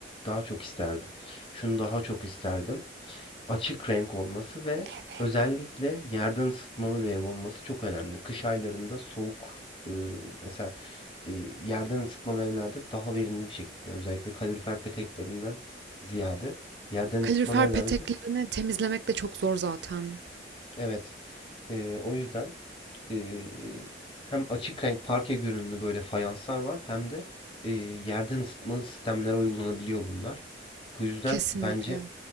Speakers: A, on the left; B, on the right.
A: daha çok isterdim. Şunu daha çok isterdim. Açık renk olması ve
B: Evet.
A: özellikle yerden ısıtmalı bir ev olması çok önemli. Kış aylarında soğuk eee, mesela eee, yerden ısıtmalı evlerde daha verimli bir şekilde özellikle kalorifer peteklerinden ziyade yerden
B: Kalorifer
A: ısıtmalı evlerde
B: peteklerini
A: de
B: temizlemek de çok zor zaten.
A: Evet. Eee, o yüzden eee, hem açık renk parke görünümlü böyle fayanslar var hem de eee, yerden ısıtmalı sistemlere uygulanabiliyor bunlar. Bu yüzden
B: Kesinlikle.
A: bence